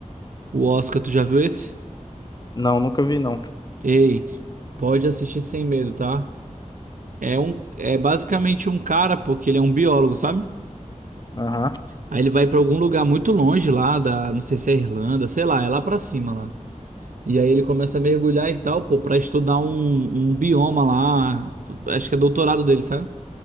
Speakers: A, on the right; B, on the left.
A: o Oscar, tu já viu esse?
B: Não, nunca vi não.
A: Ei, pode assistir sem medo, tá? É um, é basicamente um cara, porque ele é um biólogo, sabe?
B: Aham.
A: Aí ele vai pra algum lugar muito longe lá da, não sei se é Irlanda, sei lá, é lá pra cima lá. E aí ele começa a mergulhar e tal, pô, pra estudar um, um bioma lá, acho que é doutorado dele, sabe?